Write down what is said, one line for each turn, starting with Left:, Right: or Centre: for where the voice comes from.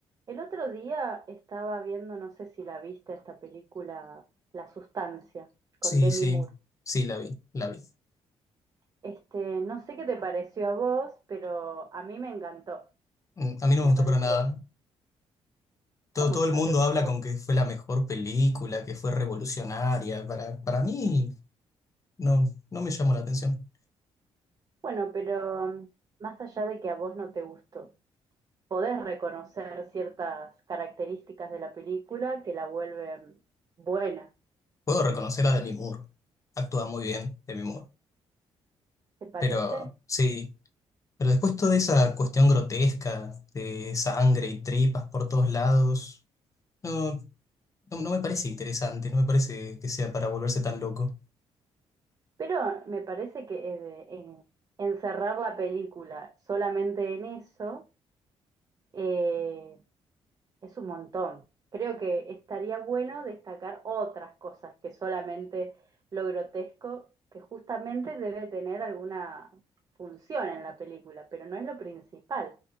Right: El otro día estaba viendo, no sé si la viste, esta película La Sustancia,
Left: Sí,
Right: con Demi
Left: sí,
Right: Moore.
Left: sí, la vi, la vi.
Right: Este, no sé qué te pareció a vos, pero a mí me encantó.
Left: Mm, A mí no
Right: Me
Left: me gustó
Right: parece,
Left: para nada. Todo,
Right: ¿cómo
Left: todo
Right: que
Left: el
Right: no
Left: mundo
Right: te gustó?
Left: habla con que fue la mejor película, que fue revolucionaria. Para, para mí no, no me llamó la atención.
Right: Bueno, pero mm, más allá de que a vos no te gustó, podés reconocer ciertas características de la película que la vuelven buena,
Left: Puedo reconocer a Demi Moore. Actúa muy bien Demi Moore.
Right: ¿te parece?
Left: Pero sí, pero después toda esa cuestión grotesca de sangre y tripas por todos lados, no, no, no me parece interesante, no me parece que sea para volverse tan loco.
Right: Pero me parece que eh, de- en- encerrar la película solamente en eso, eh, Es un montón. Creo que estaría bueno destacar otras cosas que solamente lo grotesco, que justamente debe tener alguna función en la película, pero no es lo principal.